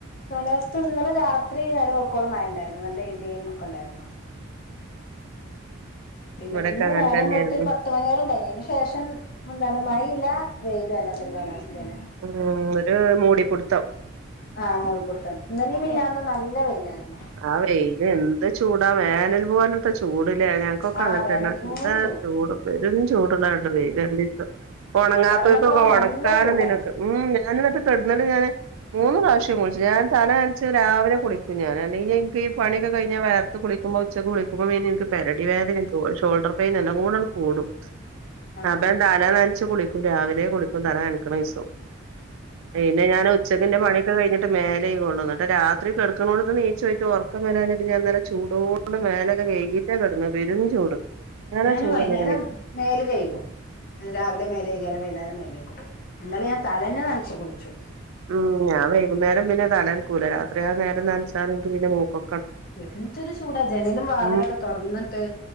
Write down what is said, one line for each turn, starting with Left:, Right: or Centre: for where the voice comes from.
Left: കാലാവസ്ഥ ഇന്നലെ രാത്രി നേരം വെൾകോളം മഴണ്ടായിരുന്നു നല്ല ഇടിയും ഒക്കെണ്ടായിരുന്നു പിന്നെ
Right: ഇവിടൊക്കെ
Left: ഇന്ന്
Right: അങ്ങനെ
Left: നേരം
Right: തന്നെയായിരുന്നു
Left: വെൾത്തരു പത്ത് പത്ത് മണിവരെണ്ടായിരുന്നു അതിന് ശേഷം മുന്താ മഴ ഇല്ല വെയിലും അല്ലാത്ത ഒരു കാലാവസ്ഥയാണ്
Right: ഹ് ഒരു മൂടിപ്പിടുത്തം
Left: ആ മൂളിപ്പിടുത്തം ഇന്നലേം മിനിഞ്ഞാന്നും നല്ല വെയിലായിരുന്നു
Right: ആ വെയില് എന്ത് ചൂടാ വേനൽ പോവലത്തെ ചൂട് ലെ ഞ ക്കൊക്കെ
Left: ആഹ്
Right: അങ്ങനെ
Left: വേനൽ
Right: തന്നെ
Left: പോലെ
Right: എന്താ ചൂട് പെരും ചൂടുള്ള വെയില് രണ്ടീസം ഉണങ്ങാത്തോർക്കൊക്കെ
Left: കടന്നപ്പോഴൊക്കെ
Right: ഉണക്കാനും
Left: നല്ല ചൂടാണ്
Right: ഇതിനൊക്കെ ആഹ് ഞാനിട്ട് കെടുന്നണ്ട് ഞാന് മൂന്ന് പ്രാവശ്യം കുളിച്ചു ഞാൻ തലനച്ച് രാവിലെ കുളിക്കും ഞാൻ പിന്നനിക്ക് ഈ പണിയൊക്കെ കഴിഞ്ഞാ വെയർത്ത് കുളിക്കുമ്പോ ഉച്ചക്ക് കുളിക്കുമ്പോൾ പിന്നെനിക്ക് പരടിവേദനീം ഷോൾഡർ പൈൻ എല്ല കൂടെങ്ങട്ട് കൂടും
Left: ആഹ്
Right: <unintelligible> തല നനച്ച് കുളിക്കും രാവിലെ കുളിക്കും തല നനക്കണ ദീസം പിന്നെ ഞാൻ ഉച്ചക്കന്റെ പണിയൊക്കെ കഴിഞ്ഞിട്ട് മേലേയ്കൊള്ളു ന്നിട്ട് രാത്രി കെടക്കണോടുത്ത് നീ ചോയിട്ട് ഉറക്കം വരാഞ്ഞിട്ട് ഞാൻന്നലെ ചൂടോട് മേലൊക്കെ കഴ്കിട്ടാ കെടന്നത് പെരും ചൂട് ഞാനാ
Left: ഞാൻ
Right: ചൂട്
Left: വൈന്നേരം
Right: ഇന്നലെ കഴിഞ്ഞു
Left: മേല് കഴ്കും രാവിലെ മേലഴികിയാലും വൈന്നേരം മേലകും ഇന്നലെ ഞാൻ തലേന്നെ നനച്ചു കുളിച്ചു
Right: ആഹ് ഞാൻവൈകുന്നേരം പിന്ന തലനക്കൂല രാത്രി ആ നേരം നനച്ചാൽ ഇൻക് പിന്നെ മൂക്കൊ
Left: എന്തൊരു ചൂടാ ജനലും വാതിലൊക്കെ
Right: ഉം
Left: തുറന്നിട്ട്